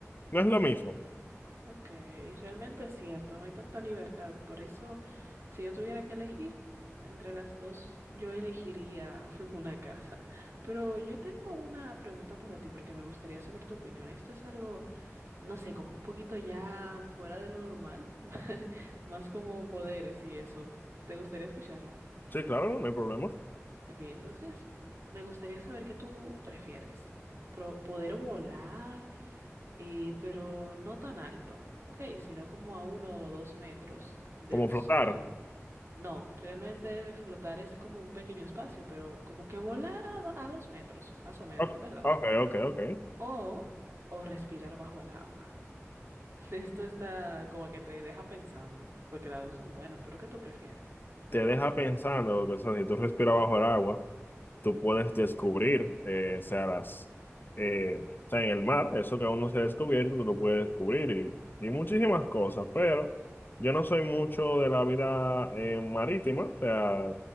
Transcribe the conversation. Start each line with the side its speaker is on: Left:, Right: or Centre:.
Left: no es lo mismo.
Right: Ok, realmente es cierto, no hay tanta libertad, por eso si yo tuviera que elegir entre las dos, yo elegiría <laughs> una casa. Pero yo tengo una pregunta para ti porque me gustaría saber tu opinión. Esto es algo no sé, como un poquito ya fuera de lo normal, <laughs> más como poderes y eso. ¿Te gustaría escucharla?
Left: Sí, claro, no hay problema.
Right: Ok, entonces me gustaría saber qué tú prefieres. pro poder volar, eh, pero no tan alto, ok, sino como a uno o dos metros del
Left: Como
Right: suelo.
Left: flotar.
Right: No, realmente flotar es como un pequeño espacio, pero como que volar a, do- a dos metros, más o menos,
Left: Ok,
Right: ¿verdad?
Left: ok, ok. ok.
Right: O, o respirar bajo el agua. Esto está como que te deja pensando, porque las dos son buenas, pero ¿qué tú prefieres?
Left: Te deja pensando, porque, o sea, si tú respiras bajo el agua. tú puedes descubrir, eh, o sea, las, eh, o sea, en el mar, eso que aún no se ha descubierto, tú lo puedes descubrir y, y muchísimas cosas, pero yo no soy mucho de la vida eh, marítima, o sea,